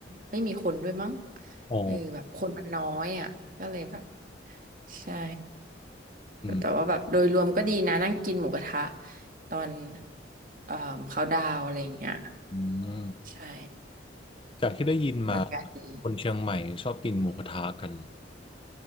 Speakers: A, on the right; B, on the left.
A: ไม่มีคนด้วยมั้ง
B: อ๋อ
A: เออแบบคนมันน้อยอ่ะก็เลยแบบใช่
B: อืม
A: แต่ว่าแบบโดยรวมก็ดีนะนั่งกินหมูกระทะตอนเอ่อเขาดาวน์อะไรเงี้ย
B: อืม
A: ใช่
B: จากที่ได้ยินมา
A: บรรยากาศดี
B: คนเชียงใหม่ชอบกินหมูกระทะกัน